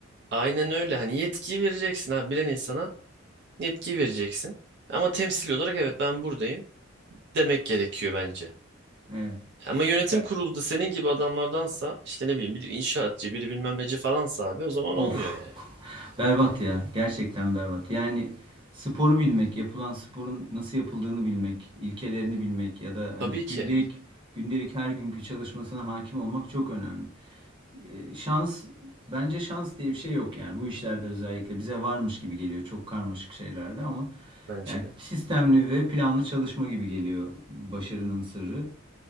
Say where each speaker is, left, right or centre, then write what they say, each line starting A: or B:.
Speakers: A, on the right; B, on the right.
A: aynen öyle hani yetkiyi vereceksin abi bilen insana Yetkiyi vereceksin. Ama temsil olarak evet ben buradayım demek gerekiyor bence.
B: Evet.
A: Ama yönetim
B: Ya,
A: kurulunda senin gibi adamlardansa işte ne bileyim biri inşaatçı biri bilmem neci falansa abi o zaman
B: Of.
A: olmuyor yani.
B: Berbat ya. Gerçekten berbat. Yani sporu bilmek, yapılan sporun nasıl yapıldığını bilmek, ilkelerini bilmek ya da hani
A: Tabii ki
B: gündelik gündelik her günkü çalışmasına hakim olmak çok önemli. Ee, şans bence şans diye bir şey yok yani bu işlerde özellikle bize varmış gibi geliyor çok karmaşık şeylerde ama
A: bence
B: yani
A: de.
B: sistemli ve planlı çalışma gibi geliyor başarının sırrı.